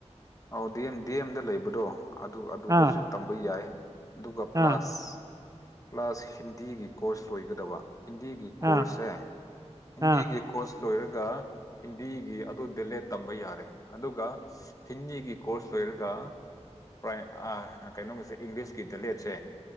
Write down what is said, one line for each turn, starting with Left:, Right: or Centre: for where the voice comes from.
Left: ꯑꯧ ꯗꯗꯤ ꯑꯦꯝ ꯗꯤ ꯑꯦꯝꯗ ꯂꯩꯕꯗꯣ ꯑꯗꯨ ꯑꯗꯨꯗꯁꯨ
Right: ꯑꯥ
Left: ꯇꯝꯕ ꯌꯥꯏ ꯑꯗꯨꯒ ꯄ꯭ꯂꯁ
Right: ꯑꯥ
Left: ꯄ꯭ꯂꯁ ꯍꯤꯟꯗꯤꯒꯤ ꯀꯣꯔꯁ ꯂꯣꯏꯒꯗꯕ ꯍꯤꯟꯗꯤꯒꯤ ꯀꯣꯔꯁꯁꯦ
Right: ꯑꯥ
Left: ꯍꯤꯟꯗꯤꯒꯤ
Right: ꯑꯥ
Left: ꯀꯣꯔꯁ ꯂꯣꯏꯔꯒ ꯍꯤꯟꯗꯤꯒꯤ ꯑꯗꯨ ꯗꯦꯂꯦ ꯇꯝꯕ ꯌꯥꯔꯦ ꯑꯗꯨꯒ ꯍꯤꯟꯗꯤꯒꯤ ꯀꯣꯔꯁ ꯂꯣꯏꯔꯒ ꯄ ꯀꯩꯅꯣꯝꯒꯤꯁꯦ ꯏꯪꯂꯤꯁꯀꯤ ꯗꯂꯦꯠꯁꯦ